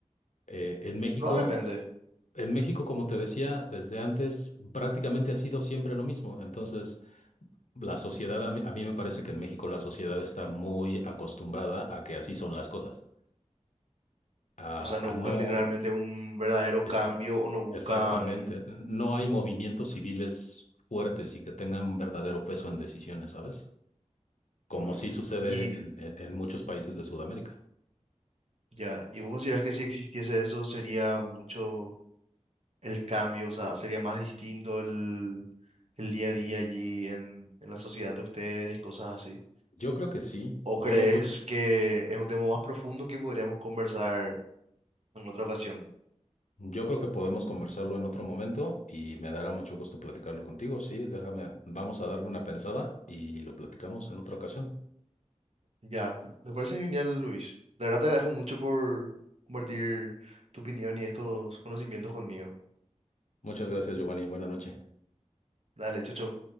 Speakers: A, on the left; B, on the right.
A: Eh, en México,
B: Probablemente.
A: en México, como te decía, desde antes prácticamente ha sido siempre lo mismo. Entonces, la sociedad, a mí, a mí me parece que en México la sociedad está muy acostumbrada a que así son las cosas, a,
B: O sea, no
A: a
B: buscan
A: no,
B: de- realmente un verdadero cambio
A: esa-
B: o no buscan...
A: exactamente, no hay movimientos civiles fuertes y que tengan un verdadero peso en decisiones, ¿sabes? Como
B: mm,
A: sí sucede
B: y
A: en en- en muchos países de Sudamérica.
B: ya, ¿y vos considerás que si existiese eso sería mucho... el cambio, o sea, sería más distinto el, el día a día allí en, en la sociedad de ustedes y cosas así.
A: Yo creo que sí.
B: ¿O
A: Yo,
B: crees
A: yo,
B: que es un tema más profundo que podríamos conversar en otra ocasión?
A: Yo creo que podemos conversarlo en otro momento y me dará mucho gusto platicarlo contigo. Sí, déjame, vamos a darle una pensada y lo platicamos en otra ocasión.
B: Ya, me parece genial, Luis. De verdad te agradezco mucho por compartir tu opinión y estos conocimientos conmigo.
A: Muchas gracias, Giovanni. Buena noche.
B: Dale, chau, chau.